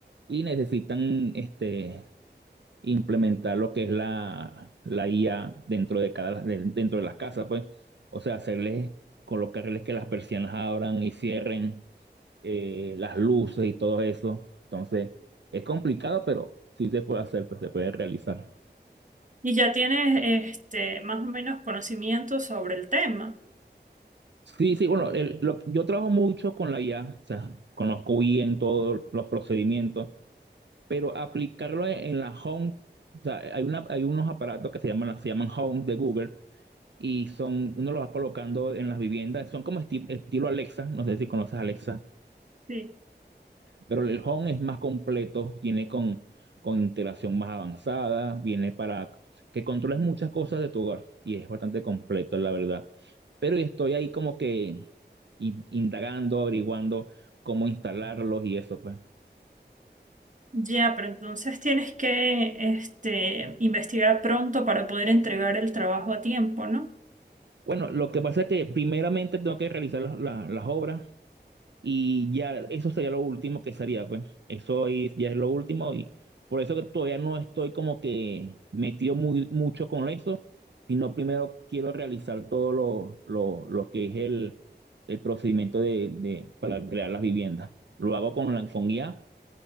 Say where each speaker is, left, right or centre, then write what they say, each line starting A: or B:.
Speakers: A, on the right; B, on the right.
A: y necesitan este, implementar lo que es la, la IA dentro de cada, de- dentro de las casas, pues. O sea, hacerles, colocarles que las persianas abran y cierren, eh, las luces y todo eso. Entonces, es complicado, pero sí se puede hacer, pues se puede realizar.
B: y ya tienes este más o menos conocimiento sobre el tema.
A: Sí, sí, bueno, el- lo- yo trabajo mucho con la IA, o sea, conozco bien todos los procedimientos, pero aplicarlo en, en la Home, o sea, hay una, hay unos aparatos que se llaman, se llaman Home de Google, y son, uno los va colocando en las viviendas, son como esti- estilo Alexa, no sé si conoces Alexa,
B: Sí.
A: pero el Home es más completo, viene con, con integración más avanzada, viene para que controles muchas cosas de tu hogar y es bastante completo, la verdad. Pero estoy ahí como que in- indagando, averiguando cómo instalarlos y eso, pues.
B: Ya, pero entonces tienes que este investigar pronto para poder entregar el trabajo a tiempo, ¿no?
A: Bueno, lo que pasa es que primeramente tengo que realizar las las- las obras Y ya, eso sería lo último que sería, pues. Eso es- ya es lo último y por eso que todavía no estoy como que metido muy, mucho con eso, sino primero quiero realizar todo lo, lo, lo que es el, el procedimiento de, de, para crear las viviendas. Lo hago con la con IA,